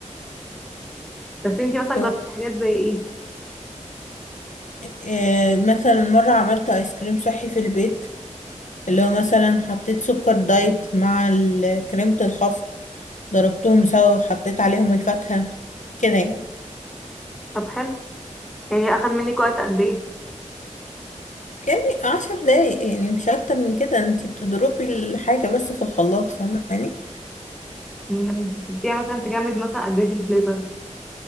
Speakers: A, in the centre; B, on the left.
A: بس انتي مثلا
B: أوك-
A: جربتي حاجات زي ايه
B: أه، مثلا مرة عملت ايس كريم صحي في البيت اللي هو مثلا حطيت سكر دايت مع ال- كريمة الخفق ضربتهم سوا وحطيت عليهم الفاكهة كده يعني
A: طب حلو يعني اخد منك وقت قد ايه
B: يعني عشر دقايق يعني مش أكتر من كده انتي بتضربي الحاجة بس في الخلاط فاهماني
A: مم. سبتيها مثلا تجمد مثلا قد ايه في الفريزر